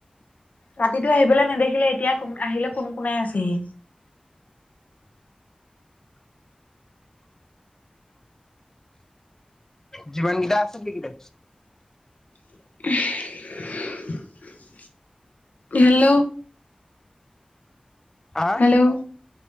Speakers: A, on the left (about 75°); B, on the left (about 15°).
A: ৰাতিতটো আহিবলৈ নেদেখিলে এতিয়ান আহিলে কোন কোনে আছেহি
B: জীৱন গেইটা আছে কিতে।
A: <unintelligible> হেল্ল'।
B: হা
A: হেল্ল'